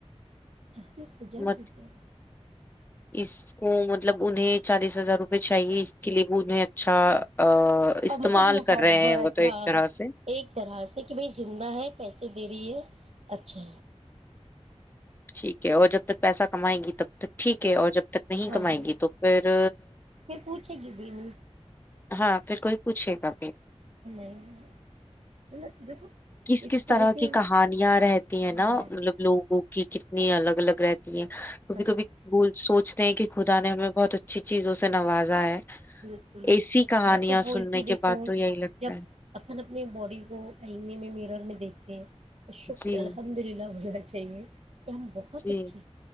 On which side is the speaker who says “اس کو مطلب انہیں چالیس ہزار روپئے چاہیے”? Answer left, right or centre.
Left